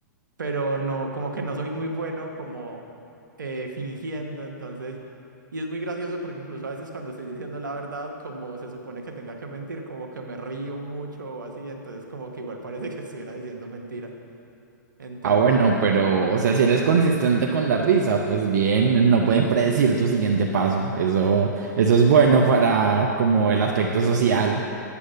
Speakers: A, on the right; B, on the right.
A: pero no, como que no soy muy bueno como eh, fingiendo, entonces, y es muy gracioso porque incluso a veces cuando estoy diciendo la verdad, como se supone que tenga que mentir, como que me río mucho o así, entonces como que igual parece que estuviera diciendo mentira. Entonces,
B: Ah, bueno, pero,
A: no.
B: o sea, si eres consistente con la risa, pues bien, no pueden predecir tu siguiente paso. Eso, eso es bueno para como el aspecto social.